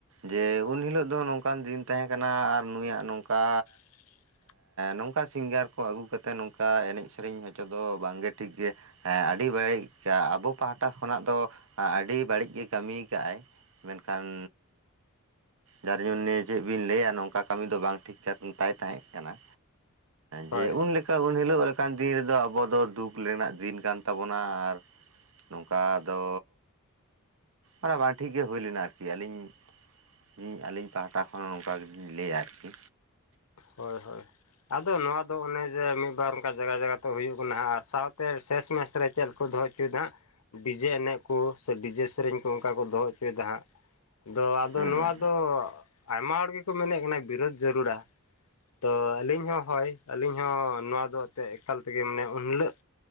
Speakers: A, on the right; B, on the left.
A: ᱡᱮ ᱩᱱ ᱦᱤᱞᱳᱜ ᱫᱚ ᱱᱚᱝᱠᱟᱱ ᱫᱤᱱ ᱛᱟᱦᱮᱸᱠᱟᱱᱟ ᱟᱨ ᱱᱩᱭᱟᱜ ᱱᱚᱝᱠᱟ
B: <unintelligible>
A: ᱱᱚᱝᱠᱟ ᱥᱤᱝᱜᱟᱸᱨ ᱠᱚ ᱟᱹᱜᱩ ᱠᱟᱛᱮᱫ ᱱᱚᱝᱠᱟ ᱮᱱᱮᱡ ᱥᱮᱨᱮᱧ ᱦᱚᱪᱚ ᱫᱚ ᱵᱟᱝᱜᱮ ᱴᱷᱤᱠ ᱜᱮ ᱟᱰᱤ ᱵᱟᱲᱤᱡ ᱟᱹᱭᱠᱟᱹᱜ-ᱟ ᱟᱵᱚ ᱯᱟᱦᱴᱟ ᱠᱷᱚᱱᱟᱜ ᱫᱚ ᱟᱰᱤ ᱵᱟᱲᱤᱡ ᱜᱮᱭ ᱠᱟᱹᱢᱤ ᱠᱟᱜᱼᱟᱭ ᱢᱮᱱᱠᱷᱟᱱ ᱡᱟᱨ ᱡᱚᱱᱤᱭᱮ ᱪᱮᱫ ᱵᱤᱱ ᱞᱟᱹᱭᱟ ᱱᱚᱝᱠᱟ ᱠᱟᱢᱤ ᱫᱚ ᱵᱟᱝ ᱴᱷᱤᱠ ᱠᱟᱱ ᱛᱟᱭ ᱛᱟᱦᱮᱸ ᱠᱟᱱᱟ
B: ᱦᱳᱭ
A: ᱡᱮ ᱩᱱᱞᱮᱠᱟ ᱩᱱ ᱦᱤᱞᱳᱜ ᱞᱮᱠᱟᱱ ᱫᱤᱱ ᱨᱮᱫᱚ ᱟᱵᱚ ᱫᱚ ᱫᱩᱠ ᱨᱮᱱᱟᱜ ᱫᱤᱱ ᱠᱟᱱ ᱛᱟᱵᱚᱱᱟ ᱟᱨ ᱱᱚᱝᱠᱟ ᱫᱚ ᱚᱱᱟ ᱵᱟᱝ ᱴᱷᱤᱠ ᱜᱮ ᱦᱩᱭ ᱞᱮᱱᱟ ᱟᱨᱠᱤ ᱟᱞᱤᱧ ᱤᱧ ᱟᱞᱤᱧ ᱯᱟᱦᱟᱴᱟ ᱠᱷᱚᱱ ᱱᱚᱝᱠᱟ ᱜᱮᱞᱤᱧ ᱞᱟᱹᱭᱟ ᱟᱨᱠᱤ
B: ᱦᱳᱭ ᱦᱳᱭ ᱟᱫᱚ ᱱᱚᱣᱟ ᱫᱚ ᱚᱱᱮ ᱡᱮ ᱢᱤᱫ ᱵᱟᱨ ᱚᱱᱠᱟ ᱡᱟᱜᱟ ᱡᱟᱜᱟ ᱛᱮ ᱦᱩᱭᱩᱜ ᱠᱟᱱᱟ ᱦᱟᱸᱜ ᱟᱨ ᱥᱟᱶᱛᱮ ᱥᱮᱥ ᱢᱮᱥ ᱨᱮ ᱠᱷᱮᱞ ᱠᱚ ᱫᱚᱦᱚ ᱦᱚᱪᱚᱭᱮᱫᱟ ᱦᱟᱸᱜ ᱰᱤᱡᱮ ᱮᱱᱮᱡ ᱠᱚ ᱥᱮ ᱰᱤᱡᱮ ᱥᱮᱨᱮᱧ ᱠᱚ ᱚᱱᱠᱟ ᱠᱚ ᱫᱚᱦᱚ ᱦᱚᱪᱚᱭᱮᱫᱟ ᱦᱟᱸᱜ ᱫᱚ ᱟᱫᱚ
A: ᱦᱩᱸ
B: ᱱᱚᱣᱟ ᱫᱚ ᱟᱭᱢᱟ ᱦᱚᱲ ᱜᱮᱠᱚ ᱢᱮᱱᱮᱫ ᱠᱟᱱᱟ ᱵᱤᱨᱳᱫ ᱡᱟᱹᱨᱩᱲᱟ ᱛᱚ ᱟᱹᱞᱤᱧ ᱦᱚᱸ ᱦᱳᱭ ᱟᱹᱞᱤᱧ ᱦᱚᱸ ᱱᱚᱣᱟ ᱫᱚ ᱮᱱᱛᱮᱫ ᱮᱠᱟᱞ ᱛᱮᱜᱮ ᱢᱟᱱᱮ ᱩᱱᱦᱤᱞᱳᱜ